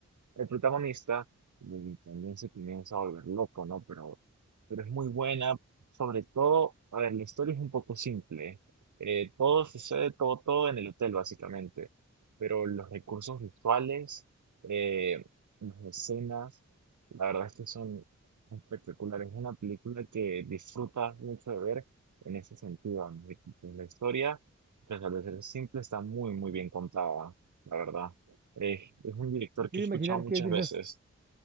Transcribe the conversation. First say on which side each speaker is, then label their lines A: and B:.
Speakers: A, on the right; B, on the right.
A: el protagonista mm, también se comienza a volver loco, ¿no? Pero, pero es muy buena, sobre todo, a ver, la historia es un poco simple. eh, todo sucede, todo, todo en el hotel, básicamente. Pero los recursos visuales, eh, las escenas, la verdad es que son espectaculares. Es una película que disfrutas mucho de ver en ese sentido, ¿no? Y, pues, La historia, pues, al ser simple, está muy, muy bien contada, la verdad. Eh, es un director
B: Me quiero
A: que he escuchado
B: imaginar
A: muchas
B: que es de
A: veces.
B: esas,